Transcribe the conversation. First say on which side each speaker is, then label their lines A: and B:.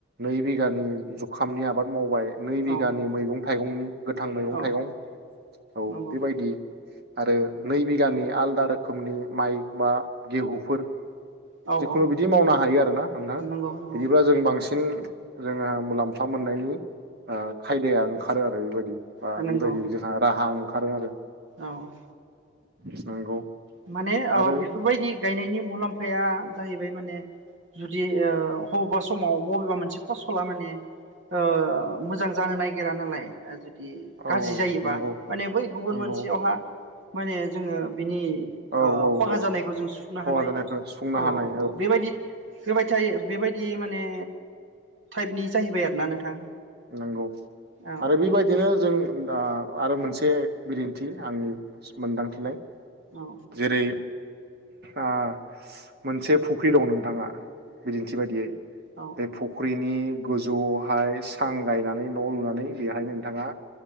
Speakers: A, on the right; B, on the right.
A: नै बिगा नि जुग खामनि आबाद मावबाय नै
B: औ
A: बिगानि मैगं थाइगंनि गोथां मैगं
B: औ
A: थाइगं औ
B: नंगौ
A: बेबायदि आरो नै बिघानि आलदा रोखोमनि माइ बा गेहुफोर
B: औ
A: जिखुनु
B: औ
A: बिदि मावनो हायो आरो हा हालदा
B: नंगौ नंगौ
A: बिदिब्ला जों बां सिं जोंहा मुलाम्फा मोननायनि ओ खायदाया ओंखारो आरो बेबायद आ
B: नंगौ
A: बेबायदि जोंहा राहा ओंख खारो आरो
B: औ
A: स नंगौ।
B: माने ओ
A: आरो
B: बेफोरबायदि गायनायनि मुलाम्फाया जाहैबाय माने जुदि ओ अबावबा समाव बबेबा मोनसे फस'ला माने ओ मोजां जानो नागिरा नालाय ओ जे दि
A: औ
B: गाज्रि जायोबा
A: नंगौ
B: माने बै गुबुन
A: नंगौ
B: मोनसेयावहा माने जोङो बिनि
A: औ
B: ओ
A: औ
B: खहा
A: औ
B: जानायखौ जों सुफुंनो
A: खहा
B: हानाय
A: जानायखौ सुफुंनो
B: औ
A: हानाय
B: बेबायदि होबायथायो बेबायदि माने टाइपनि जाहैबाय आरोना नोंथां
A: नोंगौ
B: औ
A: आरो बेबायदिनो जों दा आरो मोनस से बिदिन्थि आंनि स मोनदांथिनाय
B: औ
A: जेरै ओ मोनसे फुख्रि दं नोंथाङा। बिदिन्थि बायदियै
B: औ
A: बे फुख्रिनि गोजौयावहाय सां गायनानै न' लुनानै बेहाय नोंथाङा